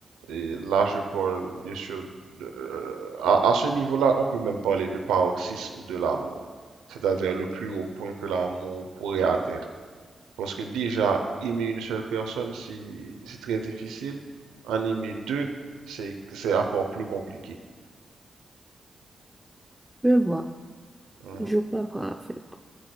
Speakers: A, on the right; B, in the centre.
A: Et là, je parle, bien sûr, de- euh, à, à ce niveau-là, on peut même parler de paroxysme de l'amour, c'est-à-dire le plus haut point que l'amour pourrait atteindre. Parce que déjà, aimer une seule personne, c'est c'est très difficile. En aimer deux, c'est c'est encore plus compliqué.
B: Je vois.
A: Mhm.
B: Je comprends, en fait.